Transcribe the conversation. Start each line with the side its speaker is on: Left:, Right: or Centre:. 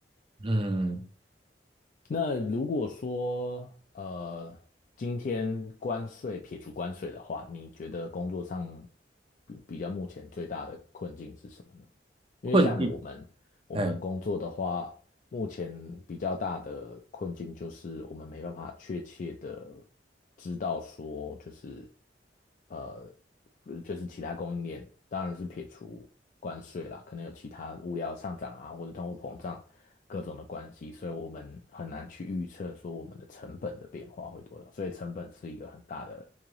Right: 嗯，
Left: 那如果说呃，今天关税撇除关税的话，你觉得工作上比比较目前最大的困境是什么呢？因为像我们，
Right: 困境，
Left: 我们工作的话，
Right: 哎。
Left: 目前比较大的困境就是我们没办法确切的知道说，就是呃，呃就是其他供应链，当然是撇除关税啦，可能有其他物料上涨啊，或者通货膨胀各种的关系，所以我们很难去预测说我们的成本的变化会多少，所以成本是一个很大的，